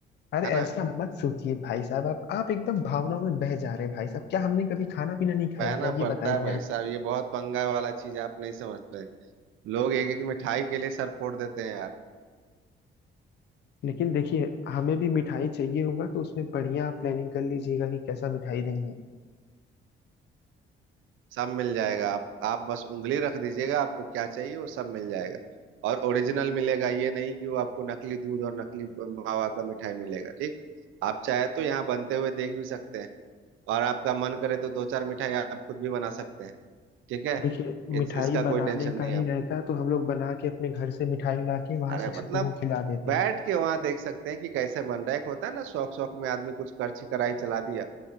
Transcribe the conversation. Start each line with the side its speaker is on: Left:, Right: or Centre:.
Left: अरे
Right: है ना
Left: ऐसा मत सोचिए भाई साहब आप आप एकदम भावनाओं में बह जा रहे हैं भाई साहब क्या हमने कभी खाना पीना नहीं खाया
Right: बहना
Left: क्या ये
Right: पड़ता
Left: बताइए
Right: है भाई
Left: आप
Right: साहब ये बहुत पंगा वाला चीज आप नहीं समझते लोग एक एक मिठाई के लिए सर फोड़ देते हैं यार
Left: लेकिन देखिए हमें भी मिठाई चाहिए होगा तो उसमें बढ़िया आप प्लानिंग कर लीजिएगा कि कैसा मिठाई देंगे
Right: सब मिल जाएगा आप आप बस उंगली रख दीजिएगा आपको क्या चाहिए वो सब मिल जाएगा और ओरिजिनल मिलेगा ये नहीं कि वो आपको नकली दूध और नकली मावा का मिठाई मिलेगा ठीक आप चाहे तो यहाँ बनते हुए देख भी सकते हैं और आपका मन करे तो दो चार मिठाई आप खुद भी बना सकते हैं ठीक है
Left: देखिए
Right: इस,
Left: मिठाई
Right: इसका
Left: बनाने
Right: कोई टेंशन नहीं
Left: का
Right: है
Left: ही
Right: आपको
Left: रहता तो हम लोग बना के अपने घर से मिठाई ला के वहाँ
Right: अरे
Left: शिक्षकों
Right: मतलब
Left: को खिला देते
Right: बैठ
Left: हैं
Right: के वहां देख सकते हैं कि कैसे बन रहा है एक होता है ना शौक शौक में आदमी कुछ करछी कराई चला दिया